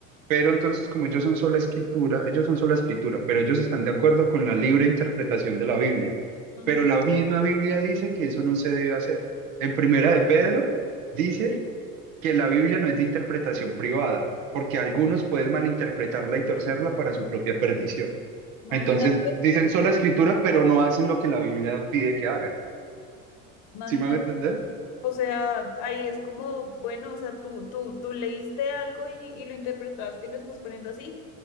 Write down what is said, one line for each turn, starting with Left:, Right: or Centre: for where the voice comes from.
Right: Pero entonces, como ellos son sola escritura, ellos son sola escritura, pero ellos están de acuerdo con la libre interpretación de la Biblia.
Left: ujú,
Right: Pero la misma Biblia dice que eso no se debe hacer. En Primera de Pedro dice
Left: sí.
Right: que la Biblia no es de interpretación privada, porque algunos pueden malinterpretarla y torcerla para su propia perdición.
Left: Imagínate,
Right: Entonces, dicen sola escritura, pero no hacen lo que la Biblia pide que hagan.
Left: imagínate.
Right: ¿Sí me van a entender?
Left: O sea, ahí es como, bueno, o sea, tú, tú, tú leíste algo y, y lo interpretaste y lo estás poniendo así,